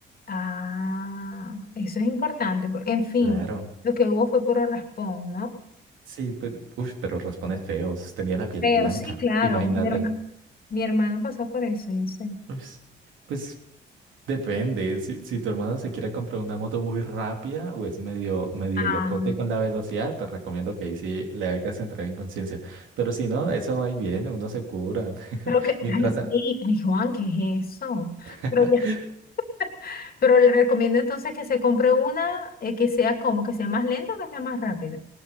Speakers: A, on the left; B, on the right.
A: Ah, eso es importante. por- En fin,
B: Claro.
A: lo que hubo fue puro raspón, ¿no?
B: Sí, pues, uff, pero responde feo. Tenía la piel
A: Pero
B: blanca.
A: sí, claro,
B: Imagínate.
A: mi hermano, mi hermano pasó por eso, yo sé.
B: Pues, pues depende. Si, si tu hermano se quiere comprar una moto muy rápida o es medio, medio
A: Ah,
B: locote con la velocidad, te recomiendo que ahí sí le hagas entrar en conciencia. Pero si no, eso va y viene, uno se cura. <laughs>
A: pero que,
B: Mientras.
A: ay, sí,
B: a-
A: ay, Juan, ¿qué es eso?
B: <laughs>
A: Pero ya, <laughs> pero le recomiendo entonces que se compre una eh, que sea como, que sea más lenta o que sea más rápida.